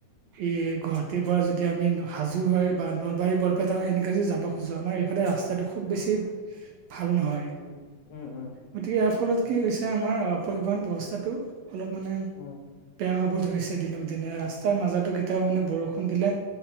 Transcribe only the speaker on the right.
ই গুৱাহীৰ পৰা যদি আমি হাজ হাজো হৈ বা নলবাৰী-বৰপেটা হৈ এনেকে যদি যাব খুজোঁ, আমাৰ এইফালে ৰাস্তাটো খু খুব
বেছি ভাল নহয়।
গতিকে ইয়াৰ ফলত
কি হৈছে, আমাৰ পৰিবহণ ব্যৱস্থাটো অলপ মানে
বেয়া হ'ব ধৰিছে দিনক দিনে, ৰাস্তাৰ মাজতো কেতিয়াবা মানে বৰষুণ দিলে